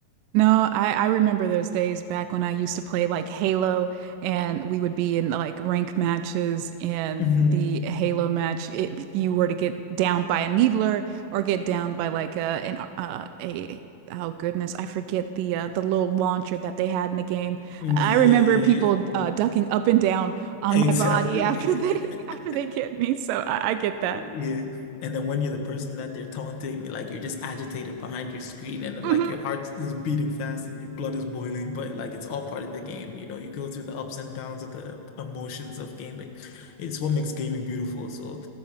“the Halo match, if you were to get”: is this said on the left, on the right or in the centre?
Right